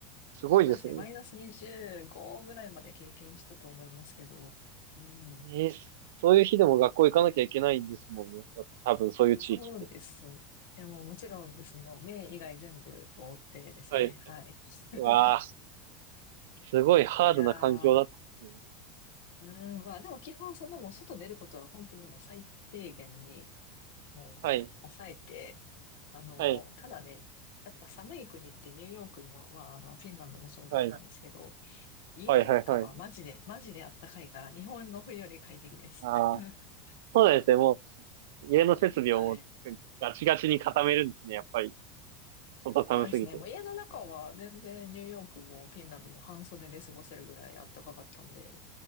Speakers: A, on the right; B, on the left.
A: すごいですね。
B: そうですね。マイナス25ぐらいまで経験したと思いますけど。うん。
A: えーそういう日でも学校行かなきゃいけないんですもんね。多分そういう地域って。
B: そうです。でももちろんです。もう目以外全部覆ってですね。
A: はい。
B: はい。<laughs>
A: うわあ、すごいハードな環境だったですね。
B: いやー、うん、まあでも基本そんなもう外出ることは本当にもう最低限にもう抑えて、
A: はい。
B: あの、
A: はい。
B: ただね、やっぱ寒い国ってニューヨークも、まああのフィンランドもそうだったんですけど、
A: はい。
B: 家の中はマジで、
A: はいはいはい。
B: マジであったかいから日本の冬より快適です。
A: ああ、
B: <laughs>
A: そうなんですね。もう、家の設備をもう
B: はい。
A: ガチガチに固めるんですね、やっぱり。外寒すぎて。
B: そうですね、もう家の中は全然ニューヨークもフィンランドも半袖で過ごせるぐらいあったかかったんで、